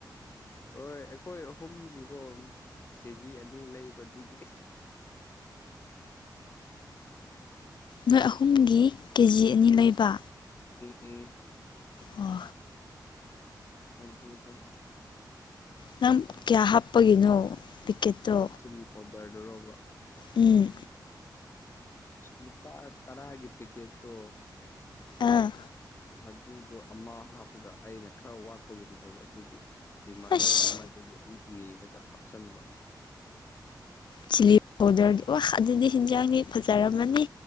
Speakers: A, on the left; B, on the left.
A: ꯍꯣꯏ ꯑꯩꯈꯣꯏ ꯑꯍꯨꯝꯒꯤꯀꯣ ꯀꯦꯖꯤ ꯑꯅꯤ ꯂꯩꯕꯗꯨꯒꯤ
B: ꯅꯣꯏ
A: ꯎꯝ
B: ꯑꯍꯨꯝꯒꯤ ꯀꯦ ꯖꯤ ꯑꯅꯤ ꯂꯩꯕ
A: ꯎꯝ
B: ꯋꯥ
A: ꯑꯗꯨꯗ
B: ꯅꯪ ꯀꯌꯥ ꯍꯥꯞꯄꯒꯤꯅꯣ ꯇꯤꯛꯀꯦꯠꯇꯣ
A: ꯆꯤꯂꯤ ꯄꯥꯎꯗꯔꯗꯨꯔꯣꯕ
B: ꯎꯝ
A: ꯂꯨꯄꯥ ꯇꯔꯥꯒꯤ ꯄꯦꯀꯦꯠꯇꯣ
B: ꯑꯥ
A: ꯑꯗꯨꯗꯣ ꯑꯃꯥ ꯍꯥꯞꯄꯒ ꯑꯩꯅ ꯈꯔ ꯋꯥꯠꯄꯒꯨꯝ ꯇꯧꯕ ꯑꯗꯨꯒꯤ ꯏꯃꯥꯟꯅꯕ
B: ꯑꯁ
A: ꯑꯃꯥ ꯗꯒꯤ ꯑꯃꯨꯛ ꯅꯤꯔꯒ ꯍꯥꯞꯆꯟꯕ
B: ꯆꯤꯂꯤ ꯄꯥꯎꯗꯔꯗꯤ ꯑꯣ ꯑꯗꯨꯗꯤ ꯍꯤꯟꯖꯥꯡꯗꯤ ꯐꯖꯔꯝꯃꯥꯅꯤ